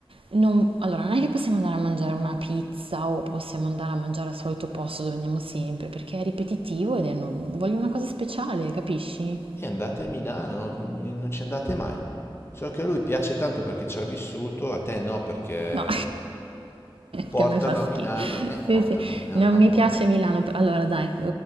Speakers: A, on the right; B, on the left.
A: non, allora, non è che possiamo andare a mangiare una pizza o possiamo andare a mangiare al solito posto dove andiamo sempre, perché è ripetitivo ed è non- voglio una cosa speciale, capisci?
B: E andate a Milano, non ci andate mai. So che a lui piace tanto perché ci ha vissuto, a te no perché
A: No.
B: portalo
A: Che mi fa schifo.
B: a Milano e eh,
A: Sì,
B: portalo
A: sì.
B: a Milano
A: Non
B: una
A: mi
B: volta.
A: piace Milano. Allora, dai,